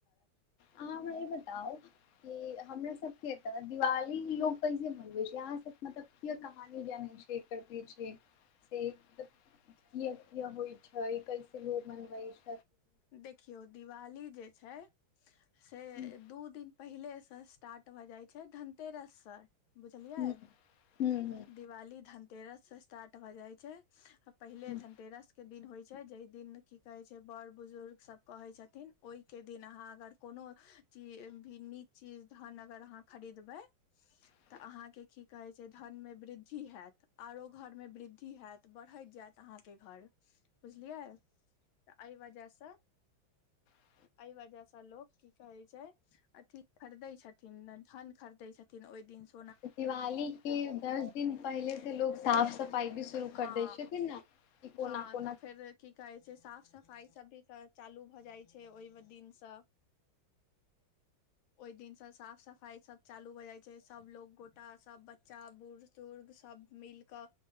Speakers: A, on the left; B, on the left.
A: हमरा ई बताउ कि हमरा सबके तरफ दिवाली लोग कैसे मनबे छै यहाँ सब मतलब किया कहानी जानय छै करते छै से कियो कियो होइ छै कैसे लोग मनबे छै
B: देखियौ दिवाली जे छै से
A: हूँ
B: दू दिन पहिले स्टारट भअ जाइ छै छै धनतेरस सर बुझलियै
A: हूँ हूँ
B: दिवाली धन तेरस से स्टार्ट भ जाय छै पहिले
A: हूँ
B: धनतेरस के दिन होय छै जे दिन की कहे छै बर बुजुर्ग सब कहय छथिन ओहि के दिन अहाँ अगर कोनो भी नीक चीज धन अगर अहाँ खरीदबै
A: ह
B: तऽ अहाँ के की कहे छै धन में वृद्धि हयत आरो घर में वृद्धि हयत बढ़ैत जायत अहाँके घर बुझलियै तऽ एहि वजहसँ
A: हँ
B: एहि वजहसँ लोक की कहै छै अथि खरीदै छथिन धन खरीदै छथिन ओहि दिनसँ
A: दिवाली के दस दिन पहिलेसँ लोक साफ सफाइ भी शुरू
B: हँ
A: कर दै छथिन ने कि कोना
B: हँ
A: कोना
B: तऽ फेर की कहै छै साफ सफाई सब भी चालू भऽ जाय छै ओहि दिनसँ ओहि दिनसँ साफ सफाई सब चालू भ जाइ छै सब लोग गोटा सब बच्चा बूढ़ बुजुर्ग सभ मिलकऽ